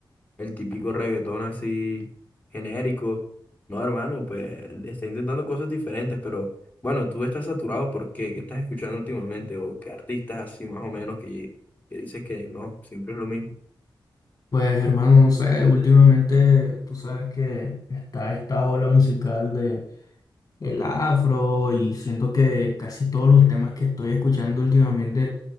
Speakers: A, on the left (about 20°); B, on the left (about 45°).
A: el típico reggaetón así genérico. No, hermano, pues está intentando cosas diferentes, pero bueno, tú estás saturado porque qué estás escuchando últimamente o qué artistas así más o menos que, que dices que no, siempre es lo mismo.
B: Pues hermano, no sé, últimamente tú sabes que está esta ola musical de el afro y siento que casi todos los temas que estoy escuchando últimamente